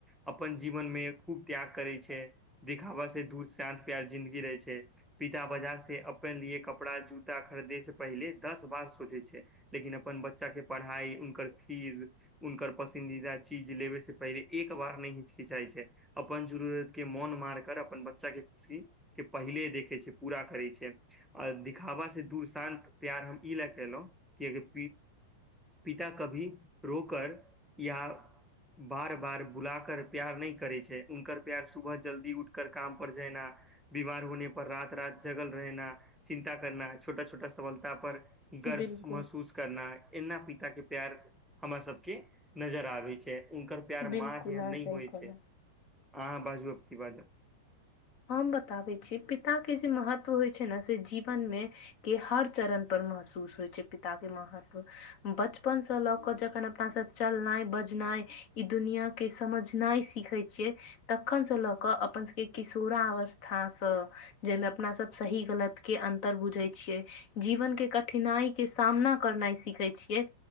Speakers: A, in the centre; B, on the left.
A: अपन जीवन मे खूब त्याग करै छै देखाबा से दूध शाँझ प्यार जिन्दगी रहै छै पिता बाजार से अपन लिये कपड़ा जूता खरीदे से पहिले दस बार सोचै छै लेकिन अपन बच्चाके पढ़ाइ उनकर फीस उनकर पसन्दीदा चीज लेबै से पहिले एक बार नहि हिचिचाइ छै अपन जूरूरत के मन मारकर अपन बच्चा के खुशी के पहिले देखे छै पूरा करै छै आ दिखाबा से दूर शान्त प्यार हम ई लए केलहुँं कि अगर पिता कभी रोकर प्यार बार बार बुला कर प्यार नै करे छै उनकर प्यार सुबह जल्दी उठकर काम पर जैना बीमार होने पर रात रात जगल रहेना चिन्ता करना छोटा छोटा सफलता पर ई गर्वस्
B: बिल्कुल
A: महसूस करना एना पित के प्यार हमरा सब के नजर आबे छै उनकर प्यार
B: बिल्कुल
A: माँ जेहन
B: अहाँ
A: नै
B: सही
A: होइ
B: कहलौं
A: छै अहाँ बाजू आब की बाजब
B: हम बताबै छी पिताके जे महत्व होइ छै ने से जीवनमे कि हर चरण पर महसूस होइ छै पिता के महत्व बचपनस लऽ कऽ जखन अपना सब चलनाइ बजनाइ ई दुनिया के समझनाइ सीखै छियै तखन स लऽ क अपन सबके कि पूरा अवस्था स जेहन अपना सब सही गलत के अंतर बुझै छियै जीवन के कठिनाइ के सामना करनाइ सिखै छियै